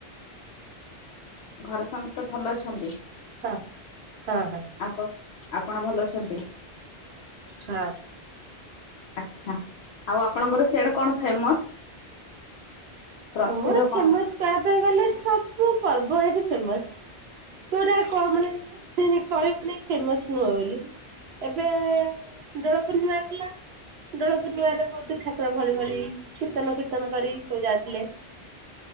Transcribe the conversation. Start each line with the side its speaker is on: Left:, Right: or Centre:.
Left: ଘରେ ସମସ୍ତେ ଭଲ ଅଛନ୍ତି।
Right: ହଁ ହଁ ହଁ।
Left: ଆପ ଆପଣ ଭଲ ଅଛନ୍ତି।
Right: ହଁ।
Left: ଆଛା ଆଉ ଆପଣଙ୍କର ସିଆଡେ କଣ ଫେମସ? ପ୍ରସିଦ୍ଧ
Right: ଆମର
Left: କଣ
Right: ଫେମସ କହିବାପାଇଁ ଗଲେ ସବୁ ପର୍ବ ଏଠି ଫେମସ। କୋଉଟା କ ମାନେ କହିବନି ଫେମସ ନୁହ ବୋଲି, ଏବେ ଡୋଳପୂର୍ଣ୍ଣିମା ଗଲା ଡୋଳପୂର୍ଣ୍ଣିମା ବହୁତ ଠାକୁର ଭଳି ଭଳି ଚୀତନ କୀର୍ତ୍ତନ କରି ସବୁ ଯାଉଥିଲେ।